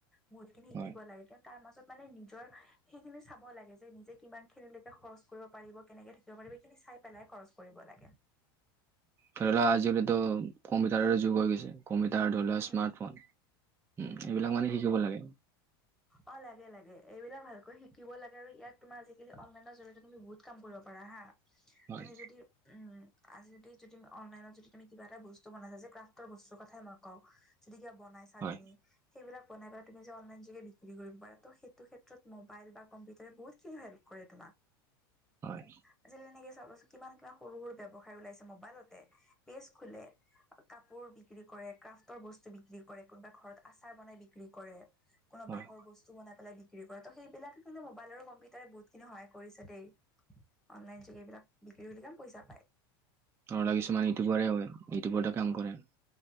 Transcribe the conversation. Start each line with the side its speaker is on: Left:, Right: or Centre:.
Centre: বহুত খিনি শিকিব
Right: হয়
Centre: লাগে। কিন্তু তাৰ মাজত মানে নিজৰ সেইখিনি চাব লাগে যে নিজে কিমান খিনিলৈকে, খৰচ কৰিব পাৰিব। কেনেকে থাকিব পাৰিব এইখিনি চাই পেলাই খৰচ কৰিব লাগে।
Right: ধৰি লোৱা আজিকালিতো কম্পিউটাৰৰে যুগ হৈ গৈছে। কম্পিউটাৰ ধৰি লও
Centre: উম
Right: স্মাৰ্টফোন এইবিলাক
Centre: উম
Right: মানে শিকিব লাগে।
Centre: অ' লাগে লাগে এইবিলাক ভালকৈ শিকিব লাগে আৰু ইয়াক তোমাৰ আজিকালি অনলাইনৰ জৰিয়তে তুমি বহুত কাম কৰিব পাৰিবা। পাৰা হা
Right: হয়
Centre: তুমি যদি উম' আজ যদি যদি অনলাইনত যদি তুমি কিবা এটা বস্তু বনাইছা যে ক্ৰাফ্টৰ বস্তুৰ কথাই মই কওঁ, যদি কিবা বনাইছা
Right: হয়
Centre: তুমি, সেইবিলাক বনাই পেলাই অনলাইন বিক্ৰী কৰিব পাৰা সেইটো ক্ষেত্ৰত মোবাইল বা কম্পিউটাৰে বহুতখিনি হেল্প কৰে তোমাক।
Right: হয়।
Centre: আজি কালি এনেকে চাবচোন কিমান কিমান সৰু সৰু ব্যৱসায় ওলাইছে। মোবাইলতে পেজ খোলে। কাপোৰ বিক্ৰী কৰে। ক্ৰাফ্টৰ বস্তু বিক্ৰী কৰে কোনোবা ঘৰত আচাৰ বনাই বিক্ৰী কৰে। কোনোবাই
Right: হয়
Centre: বাঁহৰ বস্তু বনাই পাই বিক্ৰী কৰে তাতে' সেইবিলাকে কিন্তু মোবাইল আৰু কম্পিউটাৰে বহুত খিনি সহায় কৰিছে দেই। অনলাইন যোগে এইবিলাক বিক্ৰী <unintelligible> পইচা পাই।
Right: ধ লৰা কিছুমান ইউটিউবাৰে হয় ইউটিউবাৰতে কাম কৰে <unintelligible>